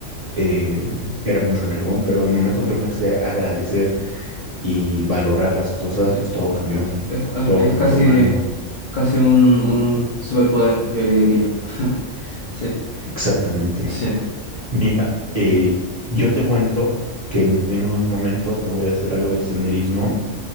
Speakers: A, on the right; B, on the left.
A: eh, era muy renegón, pero el momento que empecé a agradecer y valorar
B: sí,
A: las cosas,
B: sí.
A: pues todo cambió,
B: Es,
A: todo
B: es
A: cambió,
B: casi,
A: hermano.
B: casi un, un superpoder, yo le diría. <laughs> Sí,
A: Exactamente.
B: sí,
A: Mira, eh, yo te cuento que en, en unos momentos me voy a hacer algo de senderismo